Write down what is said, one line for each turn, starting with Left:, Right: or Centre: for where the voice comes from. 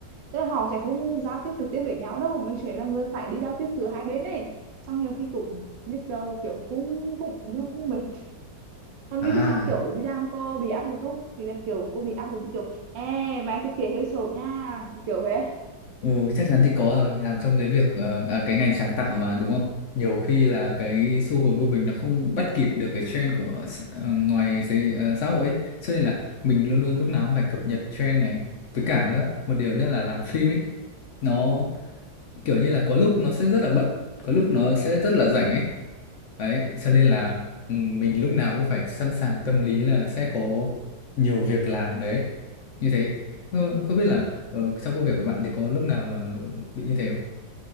Right: tức là họ sẽ không giao tiếp trực tiếp với nhau đâu mình sẽ là người phải đi giao tiếp giữa hai bên này xong nhiều khi cũng nhức đầu kiểu cũng cũng nhưng mà cũng mệt còn
Left: À,
Right: Mi thì sao kiểu đi làm cô bị áp được không thì là kiểu cô bị áp lực chứ kiểu ê mày thiết kế hơi sộp nha kiểu bé
Left: ừ, chắc chắn thì có rồi, làm trong cái việc ờ, à, cái ngành sáng tạo mà đúng không? Nhiều khi là cái xu hướng của mình nó không bắt kịp được cái trend của s- ờ, ngoài xế- ờ, xã hội ấy, cho nên là mình luôn luôn lúc nào cũng phải cập nhật trend này. Với cả nữa, một điều nữa là làm phim ấy, nó kiểu như là có lúc nó sẽ rất là bận, có lúc nó sẽ rất là rảnh ấy. Đấy, cho nên là ừ, mình lúc nào cũng phải sẵn sàng tâm lý là sẽ có nhiều việc làm đấy. Như thế. Không, không biết là ờ, trong công việc của bạn thì có lúc nào mà bị như thế không?